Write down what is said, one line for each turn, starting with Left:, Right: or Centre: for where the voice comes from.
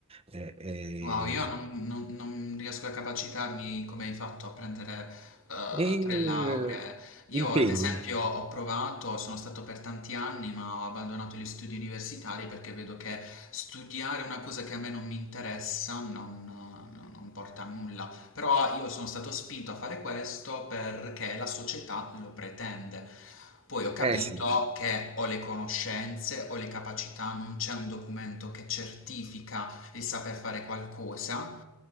Right: eh, eh,
Left: Wow, io non, non- non riesco a capacitarmi come hai fatto a prendere eh,
Right: e, eh,
Left: tre lauree. Io,
Right: impegni.
Left: ad esempio, ho provato, sono stato per tanti anni, ma ho abbandonato gli studi universitari perché vedo che studiare una cosa che a me non mi interessa non, non- non porta a nulla. Però io sono stato spinto a fare questo perché la società lo pretende. Poi ho capito
Right: Eh sì,
Left: che ho le conoscenze, ho le capacità, non c'è un documento che certifica il saper fare qualcosa